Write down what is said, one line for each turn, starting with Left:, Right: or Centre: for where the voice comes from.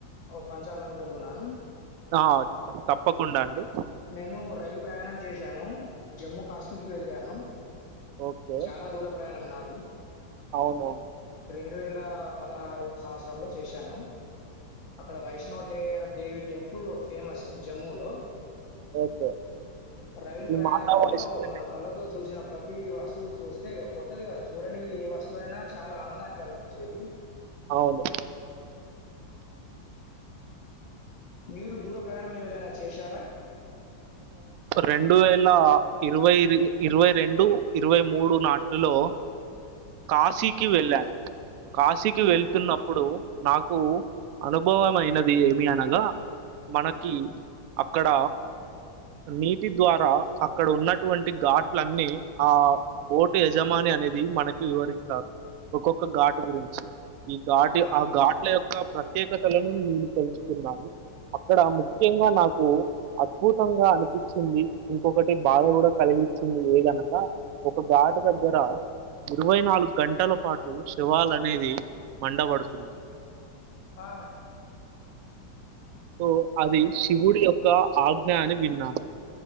Left: పంచాలనుకుంటున్నాను
Right: ఆ! తప్పకుండా అండి.
Left: నేను రైలు ప్రయాణం చేశాను జమ్మూ కాశ్మీర్ కి వెళ్ళాను
Right: ఓకే.
Left: చాలా దూర ప్రయాణం నా
Right: అవును
Left: రెండు వేల పదహారు సంవత్సరంలో చేశాను అక్కడ వైష్ణటే దేవి టెంపుల్ ఫేమస్ జమ్మూ లో
Right: ఓకే.
Left: రైలు
Right: ఈ
Left: ప్రయాణంలో
Right: మాతా వయసులో
Left: మన కళతో చూసిన ప్రతి వస్తువు చూస్తే ఇక కొత్తది కదా చూడని ఏ వస్తు వు అయినా చాలా ఆనందాన్ని కలిగించేది
Right: అవును.
Left: మీరు దూర ప్రయాణం ఏమిదైనా చేశారా
Right: రెండు వేల ఇరవై ఇరవై రెండు ఇరవై మూడు నాటిలో కాశీకి వెళ్ళాను కాశీకి
Left: హ్మ్.
Right: వెళ్తున్నప్పుడు నాకు అనుభవం అయినది ఏమి అనగా మనకి అక్కడ నీటి ద్వారా అక్కడ ఉన్నటువంటి ఘాట్లన్నీ ఆ బోటు యజమాని అనేది మనకి వివరిస్తారు ఒక్కొక్క ఘాటు గురించి ఈ ఘాటు
Left: ఆహా!
Right: ఆ ఘాట్ల యొక్క ప్ర ప్రత్యేకతలను నేను తెలుసుుకున్నాను అక్కడ ముఖ్యంగా నాకు అద్భుతంగా అనిపించింది ఇంకొకటి బాధ కూడా కలిగించింది లేదనగా ఒక ఘాటు దగ గ్గర ఇరవై నాలుగు గంటల పాటు శవాలనేది మండబడుతుంది
Left: ఆ
Right: సో అది
Left: అద్
Right: శివుడి యొక్క ఆజ్ఞ అని విన్నా